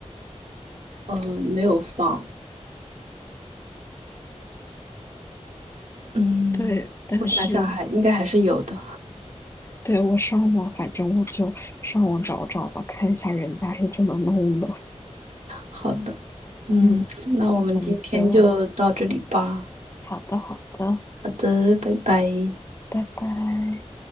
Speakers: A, on the right; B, on the left.
A: 嗯呃没有放，嗯，
B: 对，但是
A: 我想想还应该还是有的。
B: 对，我上网，反正我就上网找找吧，看一下人家是怎么弄的。
A: 好的，嗯，
B: 嗯，
A: 那我们今天就到这里吧。
B: 我们就好的，好的，
A: 好的，拜拜。
B: 拜拜。